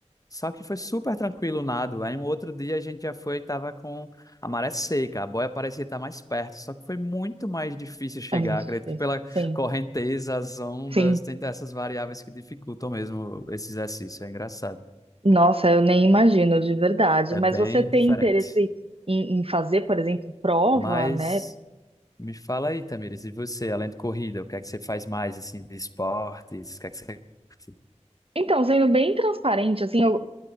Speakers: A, on the left; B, on the right.
A: Só que foi super tranquilo o nado. Aí um outro dia a gente já foi e tava com a maré seca. A boia parecia estar mais perto, só que foi muito mais difícil chegar.
B: é muito
A: Acredito
B: difícil.
A: que pela
B: Sim,
A: correnteza, as ondas,
B: sim.
A: tem essas variáveis que dificultam mesmo esse exercício. É engraçado.
B: Nossa, eu nem imagino de verdade.
A: É
B: Mas
A: bem
B: você tem
A: diferente.
B: interesse em, em fazer, por exemplo, prova,
A: Mas
B: né?
A: Me fala aí, Tamires, e você, além de corrida, o que é que você faz mais, assim, de esportes? O que é que você curte?
B: Então, sendo bem transparente, assim, eu,